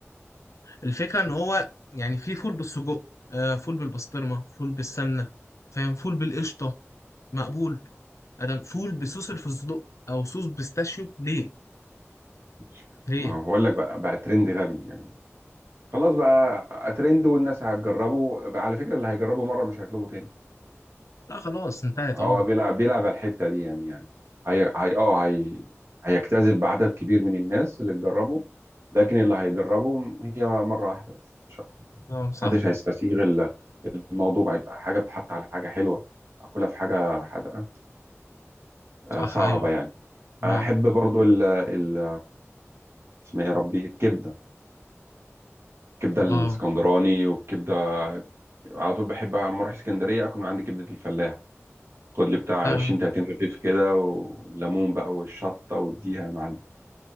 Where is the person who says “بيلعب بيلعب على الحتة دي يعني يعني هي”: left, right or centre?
Right